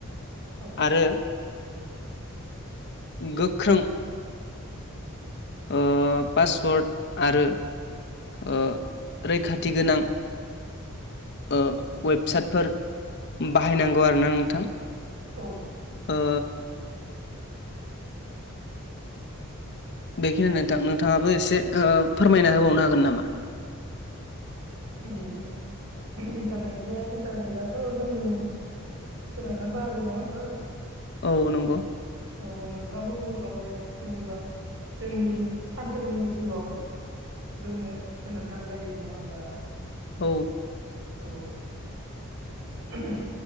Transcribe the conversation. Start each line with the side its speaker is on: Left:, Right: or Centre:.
Right: औ औ
Left: आरो गोख्रों ओ पासवर्ड आरो ओ रैखाथि गोनां ओ वेबसाइटफोर बाहायनांगौ आरोना नोंथां।
Right: औ
Left: ओ बेखिनि नोंथां नोंथाङाबो एसे ओ फोरमायना होबावनो हागोन नामा?
Right: उम इन्टारनेटनिया इन्टारनेटआथ' जोंनि गोनांथार बाहागो नङा होमबा?
Left: औ नंगौ।
Right: औ नोंथाङाबो बुंखांबाय जेनेबा जोंनि सानफ्रोमबोनि जिउआव जोंनो गोनांथार जायो नङा होमबा?
Left: औ
Right: औ <inaudible>